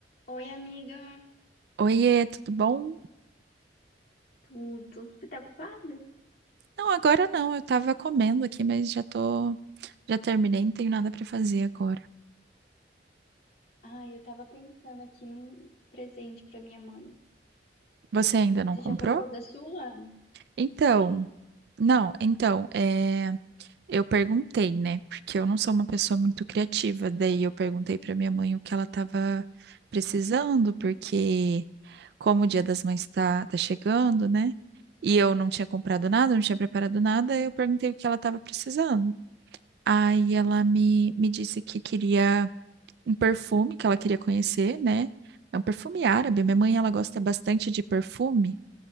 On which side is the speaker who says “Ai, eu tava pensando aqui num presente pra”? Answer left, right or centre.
Left